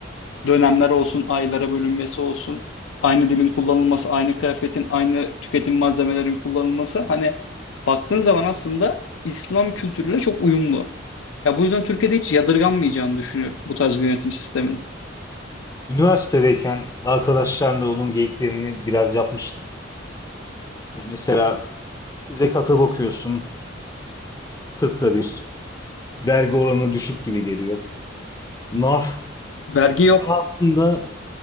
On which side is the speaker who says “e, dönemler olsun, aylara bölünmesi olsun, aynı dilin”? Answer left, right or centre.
Left